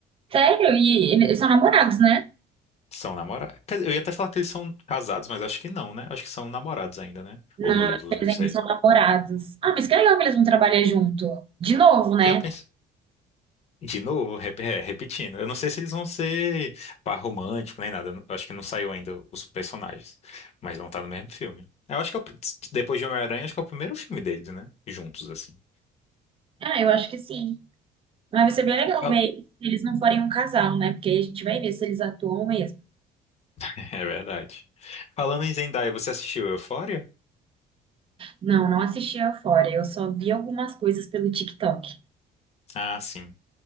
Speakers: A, on the right (about 35°); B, on the left (about 40°).
A: sério, e eles são namorados, né?
B: São namorados. Quer dizer, eu ia até falar que eles são casados, mas acho que não, né? Acho que são namorados ainda, né?
A: Não,
B: Ou noivos, não
A: eles
B: sei.
A: ainda são namorados. Ah, mas que legal que eles vão trabalhar junto. De novo, né?
B: Já pensei. De novo, rep- é, repetindo. Eu não sei se eles vão ser par romântico nem nada. Eu não- eu acho que não saiu ainda os personagens. Mas vão estar no mesmo filme. Eu acho que é o pr- depois de Homem-Aranha, acho que é o primeiro filme deles, né? Juntos, assim.
A: Ah, eu acho que sim. Mas vai ser bem legal
B: Fal-
A: ver se eles não forem um casal, né? Porque aí a gente vai ver se eles atuam mesmo.
B: <laughs> É verdade. Falando em Zendaya, você assistiu Euphoria?
A: Não, não assisti a Euphoria. Eu só vi algumas coisas pelo TikTok.
B: Ah, sim.